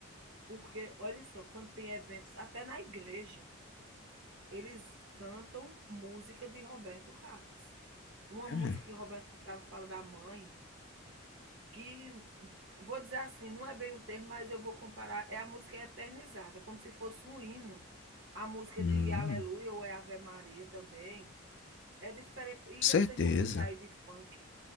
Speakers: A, on the right; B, on the left.
A: Porque olha só, quando tem eventos até na igreja Eles cantam música de Roberto Carlos. Uma
B: É.
A: música que Roberto Carlos fala da mãe, que vou dizer assim, não é bem o termo, mas eu vou comparar, é a música eternizada, como se fosse um hino. A música
B: Hum,
A: de Aleluia ou é Ave Maria também. É diferente. E
B: certeza.
A: essas músicas aí de funk,